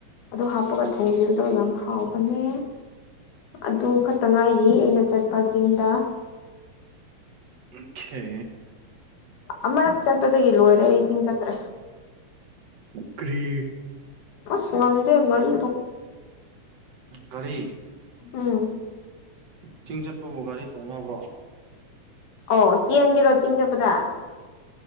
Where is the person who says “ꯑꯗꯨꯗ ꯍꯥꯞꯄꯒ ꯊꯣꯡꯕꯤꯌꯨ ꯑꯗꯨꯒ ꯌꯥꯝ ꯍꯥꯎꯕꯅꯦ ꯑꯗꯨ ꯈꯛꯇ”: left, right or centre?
Left